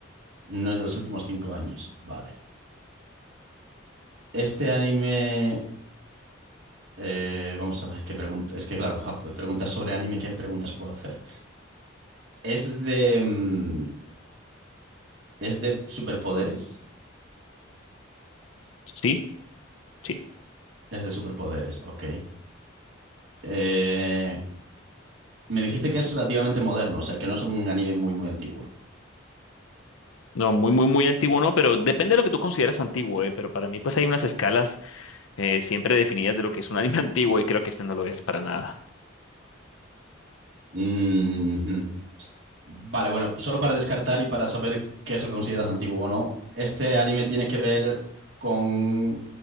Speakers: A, on the right; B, on the left.
A: No es de los últimos cinco años, vale. Este anime, eh, vamos a ver qué pregunta. Es que, claro, ja- preguntas sobre anime, ¿qué preguntas puedo hacer? Es de. mm, Es de superpoderes.
B: sí, sí.
A: Es de superpoderes, ok. Eh, me dijiste que es relativamente moderno, o sea, que no es un anime muy, muy antiguo.
B: No, muy, muy, muy antiguo no, pero depende de lo que tú consideres antiguo, eh, Pero para mí, pues hay unas escalas eh, siempre definidas de lo que es un anime <laughs> antiguo y creo que este no lo es para nada.
A: Mhm. Vale, bueno, pues solo para descartar y para saber qué es lo que consideras antiguo o no, ¿este anime tiene que ver con